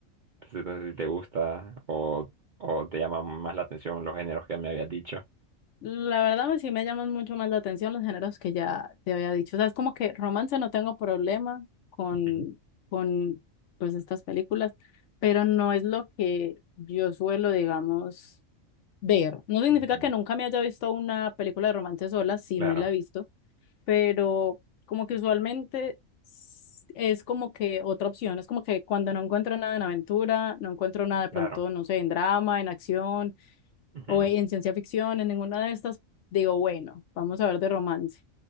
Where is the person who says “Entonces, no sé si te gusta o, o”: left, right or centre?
Right